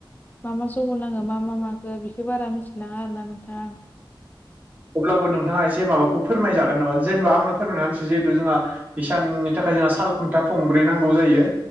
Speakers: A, on the left; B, on the right.
A: मा मा सह नांगौ मा मा माखो बेखो बारा मिथिलाङा आरोना नोंथां आं।
B: अब्लाबो नोंथाङा एसे माबाखौ फोरमायजागोन नामा जेनेबा आंनो फोरमायनानै होनसै जिहेथु जोंहा इसाननि थाखाय जोंहा साल खुन्था थंब्रै नांगौ जायो